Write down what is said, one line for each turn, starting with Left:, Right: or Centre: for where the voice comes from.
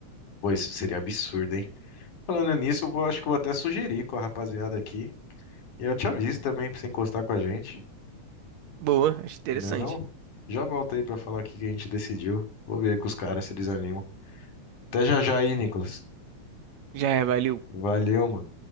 Left: Pô, isso seria absurdo, hein? Falando nisso, eu vou, acho que eu vou até sugerir com a rapaziada aqui. E eu te aviso também pra você encostar com a gente.
Right: Boa, acho interessante.
Left: Não é não? Já volta aí pra falar o que que a gente decidiu. Vou ver com os caras se eles animam. Até já já aí, Nicolas.
Right: Já é, valeu.
Left: Valeu, mano.